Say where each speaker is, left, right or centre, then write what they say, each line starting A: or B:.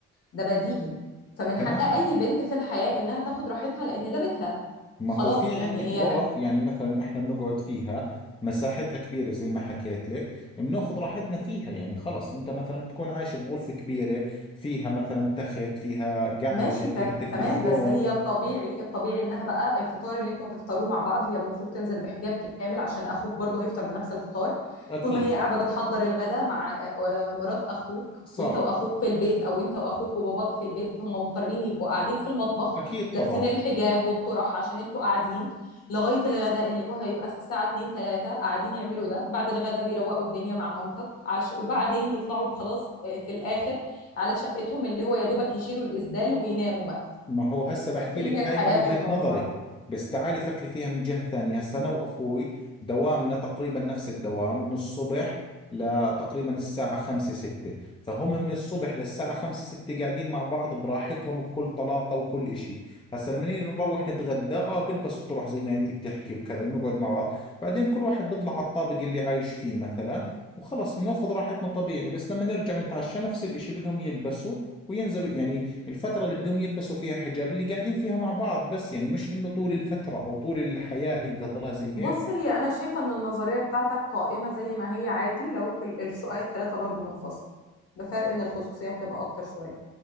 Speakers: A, on the left (about 50°); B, on the left (about 15°).
A: ده بديهي فمن حق
B: تمام
A: اي بنت في الحياه انها تاخد راحتها لان ده بيتها
B: ما
A: خلاص
B: هو في
A: يعني
B: عندك غرف
A: هي
B: يعني مثلا احنا بنقعد فيها مساحتها كبيرة زي ما حكيت لك بناخذ راحتنا فيها يعني خلص انت مثلا بتكون عايش في غرفة كبيرة فيها مثلا تخت فيها قعدة
A: ماشي تم-
B: فيها
A: تمام
B: تلفزيون
A: بس هي الطبيعي الطبيعي انها بقى الفطار اللي انتوا هتفطروه مع بعض هي المفروض تنزل بحجاب كامل عشان اخوك برضه هيفطر بنفس الفطار
B: اكيد
A: طول ما هي قاعده بتحضر الغدا مع آه، مرات اخوك
B: صح
A: وانت واخوك في البيت او انت واخوك وباباك في البيت هم مضطرين يبقوا قاعدين في المطبخ
B: اكيد طبعا
A: لابسين الحجاب والطرح عشان انتوا قاعدين لغايه الغدا اللي هو هيبقى الساعه 2 3 قاعدين يعملوا ده بعد الغدا بيروقوا الدنيا مع مامتك عش... وبعدين يطلعوا خلاص آه، في الاخر على شقتهم اللي هو يا دوبك يشيلوا الإسدال ويناموا بقى
B: ما هو هسه بحكي
A: فين
B: لك
A: الحياة
B: هاي من وجهة
A: في الموضوع
B: نظري بس تعالي فكري فيها من جهة ثانية هسه أنا وأخوي دوامنا تقريبا نفس الدوام من الصبح لتقريبا الساعة خمسة ستة فهم من الصبح للساعة خمسة ستة قاعدين مع بعض براحتهم بكل طلاقة وكل إشي هسه لما نيجي نروح نتغدى آه بلبس الطرح زي ما أنت بتحكي وكذا بنقعد مع بعض بعدين كل واحد بيطلع على الطابق اللي عايش فيه مثلا وخلص بناخذ راحتنا طبيعي بس لما نرجع نتعشى نفس الإشي بدهم يلبسوا وينزلوا يعني الفترة اللي بدهم يلبسوا فيها حجاب اللي قاعدين فيها مع بعض بس يعني مش انه طول الفترة او طول الحياة هي بدها تضلها زي
A: بص
B: هيك
A: هي أنا شايفة إن النظرية بتاعتك قائمة زي ما هي عادي لو كل- الشقق التلاتة برضو منفصلة بفرق إن الخصوصية هتبقى أكتر شوية